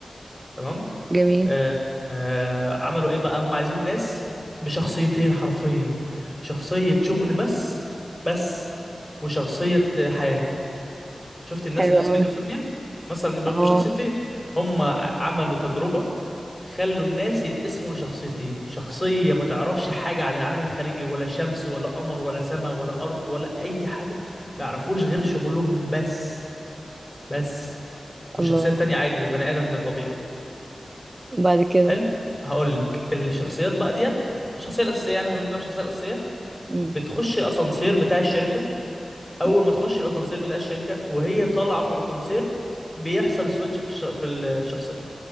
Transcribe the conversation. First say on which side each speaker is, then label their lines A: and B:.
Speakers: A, on the left (about 15°); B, on the right (about 35°).
A: تمام
B: جميل
A: آه آه عملوا ايه بقى هم عايزين ناس بشخصيتين حرفيا شخصيه شغل بس بس وشخصيه حياه شفت الناس
B: حلو
A: اللي
B: أوي
A: سكيزوفرينيا مثلا بيبقوا
B: اه
A: شخصيتين هم ع- عملوا تجربه خلوا الناس يتقسموا لشخصيتين شخصية ما تعرفش حاجة عن العالم الخارجي ولا شمس ولا قمر ولا سماء ولا أرض ولا أي حاجة ما يعرفوش غير شغلهم بس بس والشخصية
B: الله
A: التانية عادي بني آدم طبيعي
B: وبعد كده
A: حلو هقولك الشخصيات بقى ديت الشخصية الأساسية يعني خلينا نتكلم عن الشخصية الأساسية
B: مم.
A: بتخش الأسانسير بتاع الشركة أول
B: مم.
A: ما تخش الأسانسير بتاع الشركة وهي طالعة في الأسانسير بيحصل سويتش في الش... في الشخصية